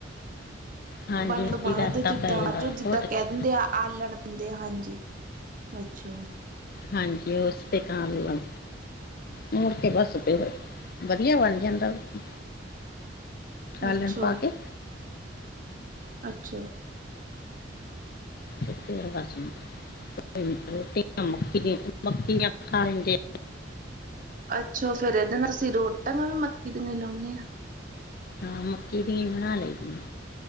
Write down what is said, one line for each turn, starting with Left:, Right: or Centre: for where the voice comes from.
Left: ਹਾਂਜੀ
Right: ਬਣੇ
Left: ਮਿੱਟੀ
Right: ਤੋਂ ਬਾਅਦ
Left: ਦਾ ਆਟਾ
Right: ਜਿੱਦਾ
Left: ਪੈ ਜਾਂਦਾ
Right: - ਜਿੱਦਾਂ
Left: ਘੋਟ
Right: ਕਹਿ
Left: ਕੇ
Right: ਦਿੰਦੇ ਆ। ਆਲਣ ਦਿੰਦੇ ਆ ਹਾਂਜੀ, ਅੱਛਾ।
Left: ਹਾਂਜੀ ਉਸ ਤੇ ਕਾਮ੍ਹ ਲੋ। ਮੁੜ ਕੇ ਬੱਸ ਫੇਰ, ਵਧੀਆ ਬਣ ਜਾਂਦਾ ਵਾ। ਆਲਣ
Right: ਅੱਛਾ
Left: ਪਾ ਕੇ।
Right: ਅੱਛਾ।
Left: ਸ ਤੇੇਰ ਕਛਮ <unintelligible> ਰੋਟੀ ਮੱਕੀ ਦਾ ਮੱਕੀ ਖਾ ਲੈਂਦੇ।
Right: ਪਿੱਛੋਂ ਫੇਰ ਇਹਦੇ ਨਾਲ ਤੁਸੀਂ ਰੋਟੀਆ ਵੀ ਮੱਕੀ ਦੀਆਂ ਲਾਉਂਨੇ ਆ।
Left: ਹਾਂ ਮੱਕੀ ਦੀਆਂ ਬਣਾ ਲਈ ਦੀਆਂ।